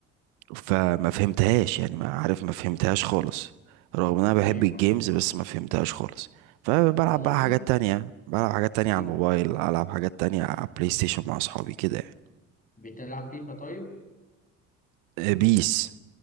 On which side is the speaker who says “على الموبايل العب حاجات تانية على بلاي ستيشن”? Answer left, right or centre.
Right